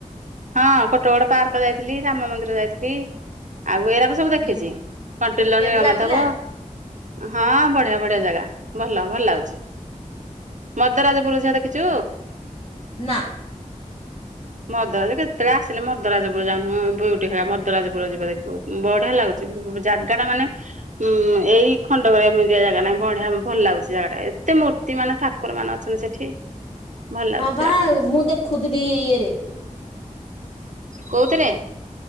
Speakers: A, on the right (about 65°); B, on the left (about 40°).
A: ହଁ କୋଟଗଡ ପାର୍କ ଯାଇଥିଲି ରାମ ମନ୍ଦିର ଯାଇଥିଲି। ଆଉ ଏରାକ ସ ସବୁ ଦେଖିଚି
B: ହୁଁ
A: କଣ୍ଟେଲର
B: କେମିତି
A: ନୀଳ
B: ଲାଗିଲା?
A: ମାଧବ। ହଁ ବଢିଆ ବଢିଆ ଜାଗା ଭଲ ଭଲ ଲାଗୁଚି। ମଦରାଜପୁୁର ଝିଅ ଦେଖିଚୁ?
B: ନା
A: ମଦ କେତେବେଳେ ଆସିଲେ ମଦରାଜପୁର ଯାଉନୁ ବିୟୁଟି ହରା ମଦରାଜପୁର ଯିବ ଦେଖୁବୁ ବଢିଆ ଲାଗୁଚି। ଯଉ ଜାଗା ଟା ମାନେ ହୁଁ ଏଇ ଖଣ୍ଡକରେ ଏମିତିଆ ଜାଗା ନହିଁ। ବଢିଆ ଭଲ ଲାଗୁଚି ଜାଗାଟା ଏତେ ମୂର୍ତ୍ତି ମାନେ ଠା କୁକୁର ମାନ ଅଛନ୍ତି ସେଠି। ଭଲ ଲାଗୁଛି
B: ହଁ ବା
A: ଜାଗା
B: ମୁଁ ଦେଖୁଥିଲି ଇ ଇଏରେ।
A: କଉଥିରେ?